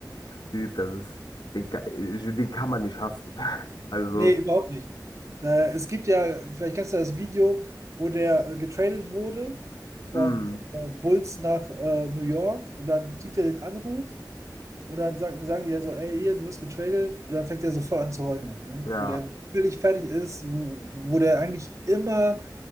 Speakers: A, on the left (about 80°); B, on the right (about 45°).
A: äh, Typ, das ist, den, ka- äh, den kann man nicht hassen. <laughs> Also,
B: Nee, überhaupt nicht. Da, es gibt ja, vielleicht kennst du das Video, wo der äh, getradet wurde von
A: mh.
B: äh, Bulls nach äh, New York und dann kriegt er den Anruf und dann sagen, sagen die ja so, ey, hier, du wirst getradet und dann fängt er so voll an zu heulen, ne?
A: Ja,
B: Wo der völlig fertig ist, wo, wo der eigentlich immer